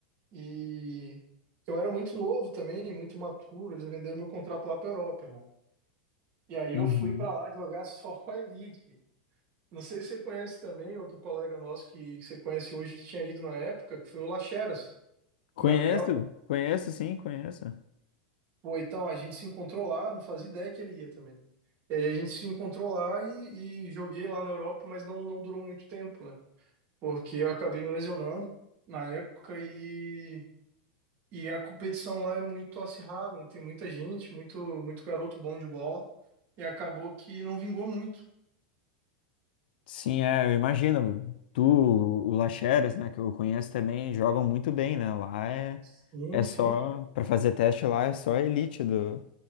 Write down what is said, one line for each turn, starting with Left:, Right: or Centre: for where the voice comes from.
Right: E eu era muito novo também, muito imaturo, eles venderam meu contrato lá pra Europa, irmão. E aí
Left: Uhum.
Right: eu fui pra lá jogar <laughs> só com a Elite. Não sei se você conhece também, outro colega nosso que, que você conhece hoje que tinha ido na época, que foi o Lacheras,
Left: Conheço,
Right: o Gabriel.
Left: conheço sim, conheço.
Right: Pô, então, a gente se encontrou lá, não fazia ideia que ele ia também. E aí a gente se encontrou lá e, e joguei lá na Europa, mas não, não durou muito tempo, né? porque eu acabei me lesionando na época e, e a competição lá é muito acirrada, né? tem muita gente, muito, muito garoto bom de bola, e acabou que não vingou muito.
Left: Sim, é, eu imagino. Tu, o Lacheras, né, que eu conheço também, jogam muito bem, né? Lá é,
Right: Sim,
Left: é só,
Right: sim.
Left: para fazer teste lá, é só a elite do,